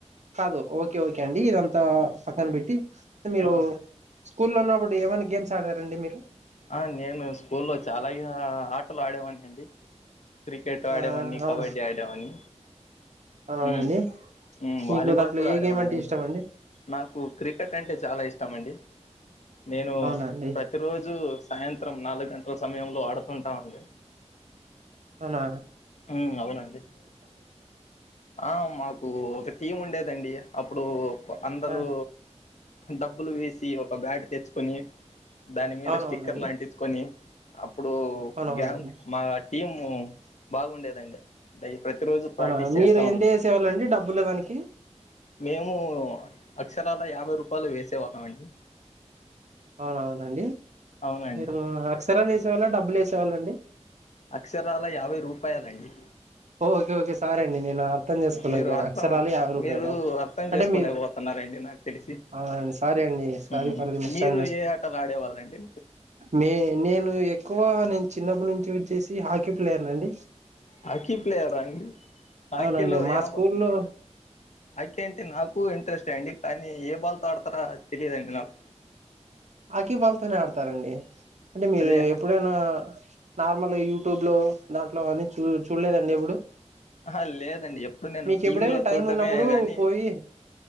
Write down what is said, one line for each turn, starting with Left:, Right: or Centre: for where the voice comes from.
Right: కాదు ఓకే ఓకే అండి ఇదంతా
Left: ఆ
Right: పక్కన్ బట్టి మీరూ
Left: ఆ
Right: స్కూల్ లో ఉన్నప్పుడ్ ఏమన గేమ్స్ ఆడారండి మీరు
Left: ఆ నేనూ స్కూల్లో చాలా యా ఆటలు ఆడేవాని అండి క్రికెట్ ఆడేవాన్ని
Right: ఆ
Left: కబడ్డీ
Right: అవును
Left: ఆడేవాన్ని
Right: అవునండి
Left: మ్ మ్
Right: మీకు
Left: వాలీబాల్
Right: దాంట్లో
Left: కుడా
Right: ఏ
Left: ఆడేవాని
Right: గేమ్ అంటే
Left: అండి
Right: ఇష్టం
Left: నాకు క్రికెట్ అంటే చాలా ఇష్టం అండి నేనూ
Right: అవునా అండి
Left: ప్రతిరోజూ సాయంత్రం నాలుగ్ గంటల్ సమయంలో ఆడుతుంటామండి
Right: అనా
Left: మ్ అవునండి ఆ మాకూ ఒక టీమ్ ఉండేదండి అప్ పుడూ అందరూ
Right: ఆ
Left: డబ్బులు వేసి ఒక బ్యాట్ తెచ్చుకొని దాని మీద
Right: అవునవునండి
Left: స్టిక్కర్ లాంటించుకొని అప్పుడూ
Right: అవునవునండి
Left: గ్యాన్ మా టీమూ బాగుండేదండి డై ప్రాక్టీస్
Right: అనా మీరు
Left: చేస్తా
Right: ఎంతేసేవాళ్ళండి డబ్బులు దానికి
Left: మేమూ అక్షరాల యాభై రూపాలు వేసేవాళ్ళం అండి
Right: అవునవునండి
Left: అవునండి
Right: మీరూ అక్షరం వేసేవాళ్ళ డబ్బుల్ ఏసేవాళ్ళ అండి
Left: అక్షరాల యాబై రూపాయల్ అండి
Right: ఓకే ఓకె సారే అండి నేను అర్థం చేసుకోలేకపోయాను
Left: మీరు అర్థం
Right: అక్షరాలు యాభై రూపాయలు
Left: మీరు అర్థం
Right: అంటె
Left: చేసుకోలేకపోతున్నారండి
Right: మీరు
Left: నాకు తెలిసి
Right: ఆ సారీ అండీ సారీ
Left: మ్మ్
Right: పది నిమిషాల్
Left: మీరు ఏ ఆటలు ఆడేవాళ్ళండి
Right: నె నేను ఎక్కువా నెన్ చిన్నపుడ్ నుంచి ఒచ్చేసి హాకీ ప్లేయర్లండి
Left: హాకీ ప్లేయరా అండి హాకీలో
Right: అవునండి మా
Left: యాభ
Right: స్కూల్లో
Left: ఆకీ అంటె నాకు ఇంట్రెస్టె అండి కానీ ఏ బాల్తో ఆడ్తారా తెలిదండి నాకు
Right: ఆకీ బాల్తోనె ఆడ్తారండి అంటె మీరూ
Left: అదే
Right: ఎప్పుడైనా నార్మల్గా యూట్యూబ్ లో దాంట్లో అని చూ చూడ్లేదండి ఎప్పుడు
Left: ఆహా లేదండి ఎప్పుడు నేను
Right: మీకెప్పుడై
Left: టీవీలో
Right: టైం
Left: చూడ్డమే
Right: ఉన్నప్పుడూ
Left: గాని
Right: పోయి